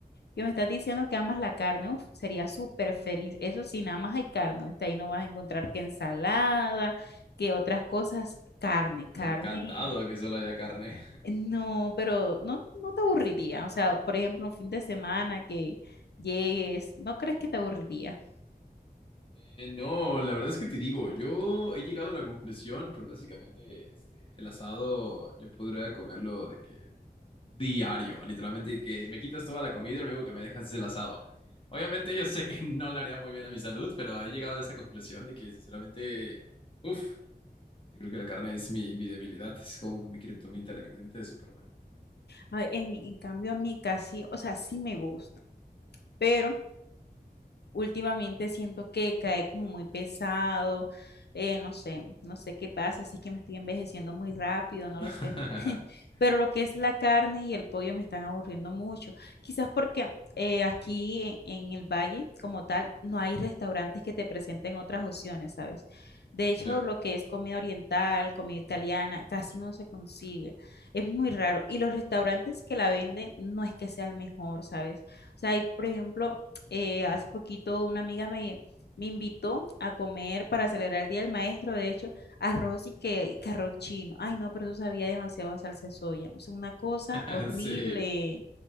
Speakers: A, on the left; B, on the left.
A: que me estás diciendo que amas la carne, uf, sería súper feliz, eso sí, nada más hay carne, está ahí no vas a encontrar que ensalada, que otras cosas, carne,
B: No,
A: carne
B: Yo encantado
A: y...
B: de que solo haya carne.
A: No, pero no, no te aburriría, o sea, por ejemplo, un fin de semana que llegues, ¿no crees que te aburriría?
B: Eh, no, la verdad es que te digo, yo he llegado a la conclusión, por básicamente este, el asado, yo podría comerlo de que diario, literalmente que me quitas toda la comida y lo único que me dejas es el asado. Obviamente yo sé que no le haría muy bien a mi salud, pero he llegado a esa conclusión de que sinceramente, uff, yo creo que la carne es mi, mi debilidad, es como mi kriptonita, la kriptonita de Superman.
A: Ay, en, mi- en cambio, a mí casi, o sea, sí me gusta, pero últimamente siento que cae como muy pesado, eh, no sé, no sé qué pasa, si es que me estoy envejeciendo muy rápido, no
B: <laughs>
A: lo sé. <laughs> Pero lo que es la carne y el pollo me están aburriendo mucho. Quizás porque eh, aquí en, en el valle, como tal, no hay restaurantes que te presenten otras opciones, ¿sabes? De hecho,
B: Ya,
A: lo que es comida oriental, comida italiana, casi no se consigue. Es muy raro. Y los restaurantes que la venden no es que sea el mejor, ¿sabes? O sea, hay, por ejemplo, eh, hace poquito una amiga me, me invitó a comer para celebrar el Día del Maestro, de hecho, arroz y que, y que arroz chino. Ay, no, pero eso sabía demasiado a salsa de soya. O sea, una cosa
B: <laughs>
A: horrible.
B: sí,